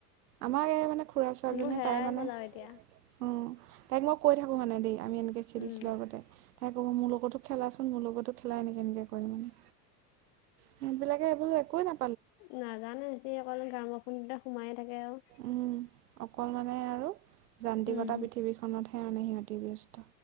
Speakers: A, on the right (about 85°); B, on the left (about 55°).
A: আমাৰ এই মানে খুৰা ছোৱালীজনী
B: সেইবোৰ হেৰাই
A: তাই মানে
B: গ'ল আৰু এতিয়া
A: উম তাইক মই কৈ থাকো মানে দেই আমি এনেকে খেলিছিলোঁ
B: উম
A: আগতে। তাই ক'ব মোৰ লগতো খেলাচোন মোৰ লগতো খেলা এনেক কেনেকৈ কৰি মানে সেইবিলাক। এইবোৰ একো না।
B: নাজানো সি অকল গামৰ ফটা সোমাই থাকে আৰু।
A: উম অকল মানে আৰু যান্ত্ৰিকতা
B: উম
A: পৃথিৱীখনতহে মানে সিহঁতি বস্ত।